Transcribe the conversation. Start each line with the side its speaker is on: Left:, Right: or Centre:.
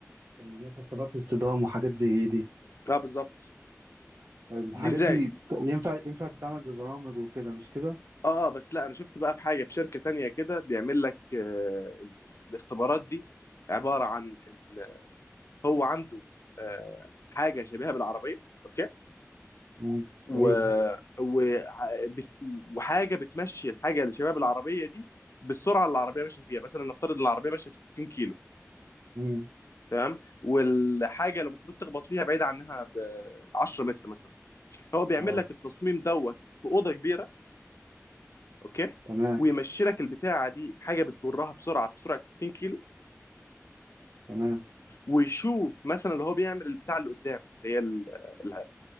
Right: اللي مثلا اختبارات الصدام وحاجات زي دي
Left: اه بالظبط
Right: فالحاجات
Left: دي ازاي
Right: دي ينفع ينفع تتعمل ببرامج وكده مش كده؟
Left: اه آه، بس لا انا شفت بقى في حاجة في شركة تانية كده بيعمل لك آه الاختبارات دي عبارة عن ان هو عنده آه حاجة شبيهة بالعربية اوكي
Right: امم
Left: و...
Right: ايوه
Left: و... بت- وحاجة بتمشي الحاجة اللي شبيهة بالعربية دي بالسرعة اللي العربية ماشية فيها مثلا نفترض ان العربية ماشية ب 60 كيلو
Right: امم
Left: تمام والحاجه اللي المفروض تخبط فيها بعيد عنها ب 10 متر مثلا هو بيعمل
Right: اه
Left: لك التصميم دوت في اوضه كبيره اوكي
Right: تمام
Left: ويمشي لك البتاعه دي حاجه بتجرها بسرعه بسرعه 60 كيلو
Right: تمام
Left: ويشوف مثلا اللي هو بيعمل البتاع اللي قدام اللي هي ال- ال-